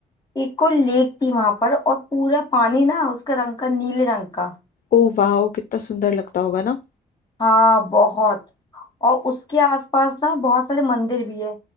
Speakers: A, on the left; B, on the left.
A: एक को लेक थी वहां पर और पूरा पानी ना उसका रंग का नीले रंग का
B: ओ वाह कितना सुंदर लगता होगा ना
A: हाँ बहुत और उसके आसपास ना बहुत सारे मंदिर भी है